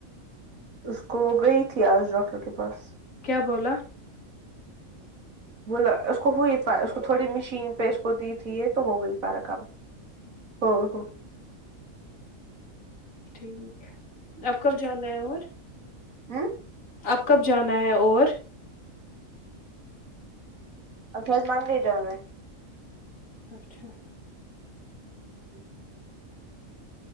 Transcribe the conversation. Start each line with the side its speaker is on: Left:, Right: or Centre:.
Right: اس کو وہ گئی تھی آج ڈاکٹر کے پاس
Left: کیا بولا
Right: بولا اس کو ہوئی اس کو تھوڑی مشین پہ اس کو دی تھی یہ تو ہو گئی فارق اب ہاں ہاں
Left: ٹھیک ہے اب کب جانا ہے اور
Right: ہاں
Left: اب کب جانا ہے اور
Right: اپ منڈے جانا ہے
Left: اچھا
Right: ہوں